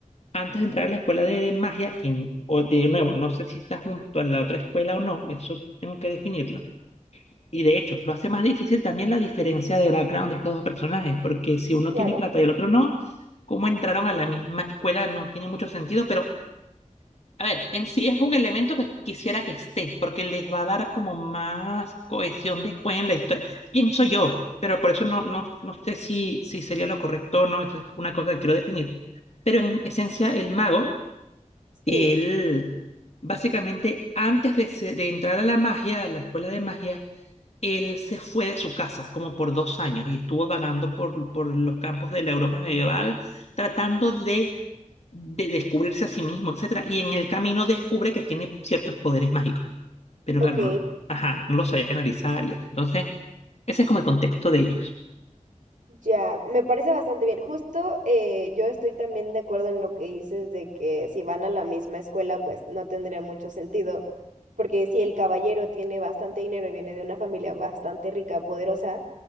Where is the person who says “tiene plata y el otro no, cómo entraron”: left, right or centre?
Left